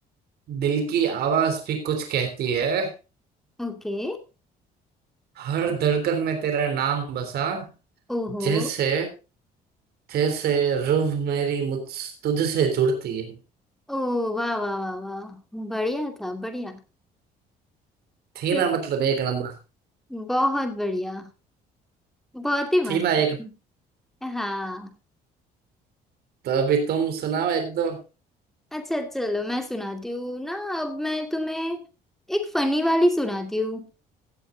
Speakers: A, on the right; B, in the centre.
A: दिल की आवाज भी कुछ कहती है
B: ओके
A: हर धड़कन में तेरा नाम बसा
B: ओहो
A: जैसे जैसे रूह मेरी मुझ तुझसे जुड़ती है
B: ओ वाह वाह वाह वाह बढ़िया था बढ़िया
A: थी
B: फिर
A: ना मतलब एक नंबर
B: बहुत बढ़िया बहुत ही मस्त
A: थी ना
B: थी।
A: एक
B: हाँ
A: तो अभी तुम सुनाओ एक दो
B: अच्छा चलो मैं सुनाती हूँ ना अब मैं तुम्हें एक फनी वाली सुनाती हूँ